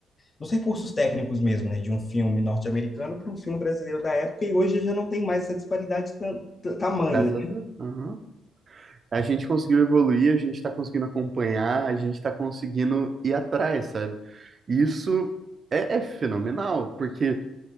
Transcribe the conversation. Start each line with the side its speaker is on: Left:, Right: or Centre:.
Left: dos recursos técnicos mesmo, né, de um filme norte-americano para um filme brasileiro da época. E hoje já não tem mais essa disparidade tam, tamanha,
Right: Graças
Left: né?
Right: a Deus. Aham. A gente conseguiu evoluir, a gente está conseguindo acompanhar, a gente está conseguindo ir atrás, sabe? Isso é, é fenomenal, porque